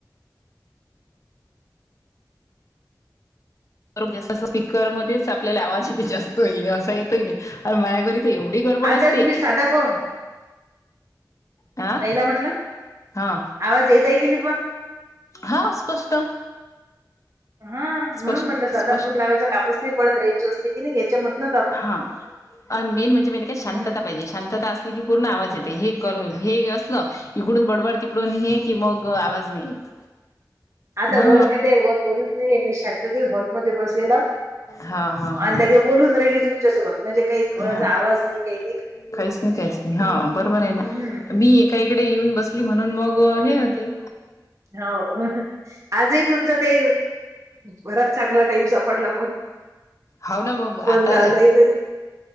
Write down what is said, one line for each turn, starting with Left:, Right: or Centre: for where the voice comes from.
Left: बरो जास्त स्पीकरमध्येच आपल्याला आवाज आहे ते जास्तये असा येतोय नाही आणि माझा घरी ते एवढी गडबड
Right: आता
Left: असते
Right: तुम्ही साधा फोन
Left: हा
Right: ताईला म्हटलं
Left: हा
Right: आवाज येत आहे की नाही पण?
Left: हा स्पष्ट
Right: हा म्हणून
Left: स्पष्ट
Right: म्हटलं सादा
Left: स्पष्ट
Right: फोन लागायचा कामच नाय पडत रेंज असली. नाही याच्यामधन
Left: हा मेन म्हणजे म्ह काय शांतता
Right: हं.
Left: पाहिजे शांतता अस पूर्ण आवाज येते हे कर हे असलं इकडून बडबड तिकडून हे की मग आवाज नाही येत
Right: आता
Left: हा
Right: वर माहिती आहे वर कोणीच नाहीये मी शांतते हॉलमध्ये सला
Left: हा हा हा
Right: आणि जे बोलून राहिली तुमच्यासोबत म्हणजे काही कोणाचा
Left: हा
Right: आवाज नाही काही
Left: काहीच नाही काहीच नाही हा बरोबर आहे ना
Right: हं,
Left: मी एक काहीकडे येऊन बसली म्हणून मग हे होती
Right: हो आजही तुमचं ते बराच चांगला टाईम सापडला पण
Left: होा ना मग
Right: फोन
Left: आता
Right: लावलाही तरी.